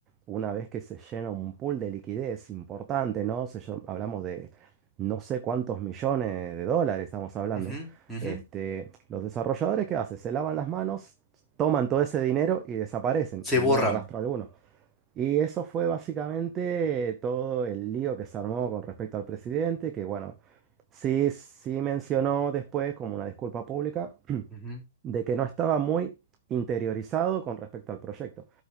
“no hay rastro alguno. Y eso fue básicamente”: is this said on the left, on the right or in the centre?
Right